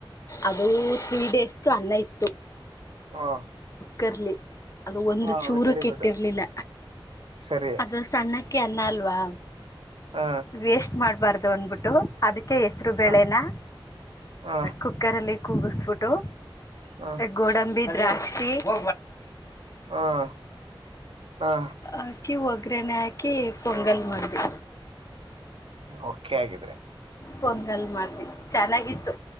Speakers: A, on the left; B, on the right.
A: ಅದು ತ್ರೀ ಡೇಸ್ದ್ ಅನ್ನ ಇತ್ತು
B: ಹಾ
A: ಕರ್ಲಿ ಅದು ಒಂದು
B: ಹ
A: ಚೂರು
B: ವೆರಿ
A: ಕೆಟ್ಟಿರಲಿಲ್ಲ
B: ಗುಡ್ ಸರಿ
A: ಅದು ಸಣ್ಣ ಅಕ್ ಕೆನ್ನಲ್ವಾ
B: ಹ
A: ವೇಸ್ಟ್ ಮಾಡ್ಬಾರ್ದ ತೊಂದ್ಬಿಟ್ಟು ಅದಕ್- ಕೆ ಹೆಸರು ಬೇಳೆನ
B: ಹ ಹ
A: ಕುಕ್ಕರಲ್ಲಿ ಇ ಕೂಗಸ್ಫಟೋ
B: ಹ
A: ಗೋಡಂಬಿ ಪ್ರಾತ್ <inaudible> <unintelligible>
B: ಹ ಹ
A: ಆಕಿ ವತ್ ಉಗ್ರಣೆ ಹಾಕಿ ಪೊಂಗಲ್ ಮಾಡ್ದೆ.
B: ಒಕೆ ಆಗಿದೆ.
A: ಪೊಂಗಲ್ ಮಾಡ್ ಚೆನ್ನಾಗಿತ್ತು,